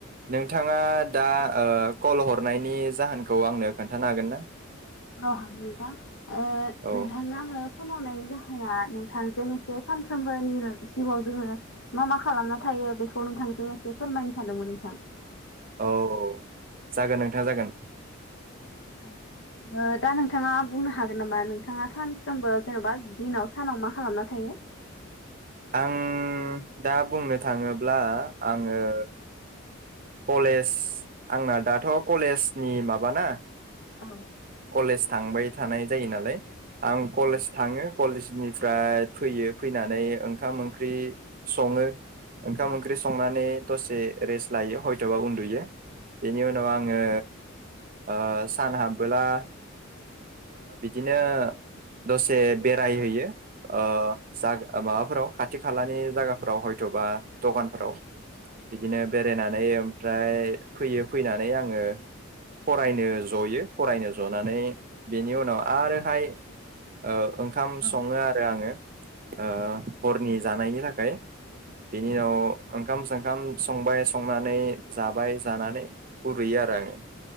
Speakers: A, on the right; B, on the left.
A: नोंथाङा दा ओ कल हरनायनि जाहोनखौ आंनो खोन्थानो हागोन ना?
B: औ हागोन ओ
A: औ
B: नोंथांनो आंङो फन हरनायनि जाहो होना नोंथांजों से सानफ्रोमबोनि जिउआव जोङो मा मा खालामना थायो बेखौ नोंथांजों एसे फोरमायनो सानदोंमोन नोंथां।
A: औ औ जागोन नोंथां जागोन।
B: अ ओ दा नोंथाङा बुंनो हागोन नामा नोंथाङा खानफ्रोमबो जेनेबा दिनाव सानाव मा खालामना थायो?
A: आं दा बुंनो थाङोब्ला आङो कलेज आंना दाथ' कलेजनि माबा ना
B: औ
A: कलेज थांबाय थानाय जायो नालाय आं कलेज
B: औ
A: थाङो कलेजनि फ्राय फैयो फैनानै ओंखाम ओंख्रि संङो। ओंखाम
B: औ
A: ओंख्रि संनानै दसे रेस लायो हयथ'बा उन्दुयो। बिनि उनाव आंङो ओ सान हाबबोला ओ बिदिनो दसे बेरायहैयो। ओ जाग माबा फोराव खाथि खालानि जागाफोराव हयथ'बा दखानफोराव
B: औ
A: बिदिनो बेरायना ओमफ्राय फैयो फैनानै आङो फरायनो जयो। फरायनो जनानै बेनि उनाव आरोहाय ओ ओंखाम
B: औ
A: सङो आरो आङो ओ
B: औ
A: हरनि जानायनि थाख <unintelligible> बिनि
B: औ
A: उनाव ओंखामजों खाम संबाय स संनानै जाबाय जानानै उरुयो आरो आङो।